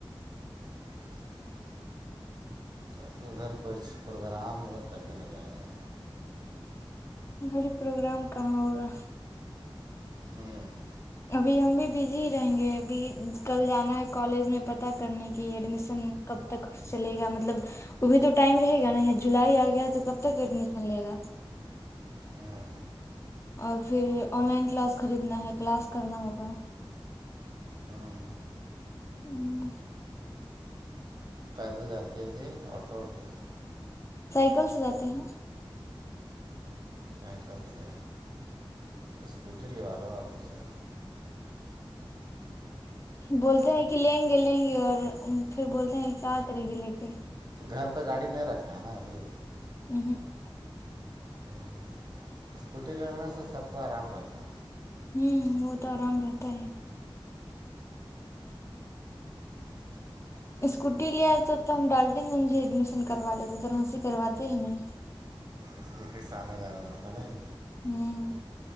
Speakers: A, on the right; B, on the left.
A: <inaudible> جب ادھر کچئی پروگرام ہوگا تبھی نہ جائیں گا
B: گی پروگرام کہاں ہو رہا
A: ہوں <unintelligible>
B: ابھی ہم بھی بزی رہیں گے ابھی کل جانا ہے کالج میں پتہ کرنے کی ایڈمیشن کب تک چلے گا مطلب ابھی تو ٹائم رہے گا نا یا جولائی آ گیا تو کب تک ایڈمیشن لے گا
A: ہاں
B: اور پھر آن لائن کلاس خریدنا ہے کلاس کرنا ہوگا
A: ہاں
B: ہوں
A: پیدل جاتے کہے آٹو واٹو سے
B: سائیکل سے جاتے ہیں
A: سائیکل سے اسکوٹی لوا لو آپ اسے
B: بولتے ہیں کہ لیں گے لیں گے اور پھر بولتے ہیں کیا آ کررے گی لے کے
A: گھر پہ گاڑی نہیں رکھا ہے نا ابھی
B: <unintelligible>
A: ہ اسکوٹی لگانے سے سب کو آرام رہتا
B: ہوں وہ تو آرام رہتا ہے
A: <inaudible>
B: اسکوٹی لے آئے تو تو ہم ڈالٹیں گےے ایڈمیشن کروا لیتے طر ہ سے کرواتے ہی نہیں
A: اسکوٹی سے آنا جانا رہتا نہیں
B: ہوں